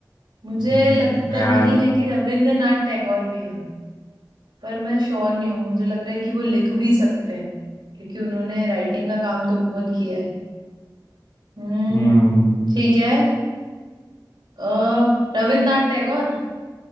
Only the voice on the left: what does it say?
हम्म,
यार
हम्म